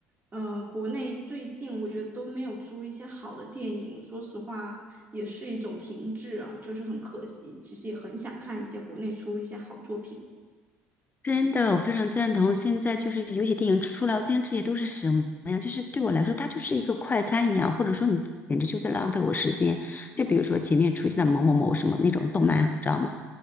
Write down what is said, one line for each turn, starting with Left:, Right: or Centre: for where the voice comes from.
Right: 呃，国内最近我觉得都没有出一些好的电影，说实话也是一种停滞啊，就是很可惜。其实也很想看一些国内出一些好作品，
Left: 真的，我非常赞同。现在就是有些电影出来，我今天这些都是什么呀？就是对我来说，它就是一个快餐一样，或者说你简直就在浪费我时间。就比如说前面出现的某某某什么那种动漫，知道吗？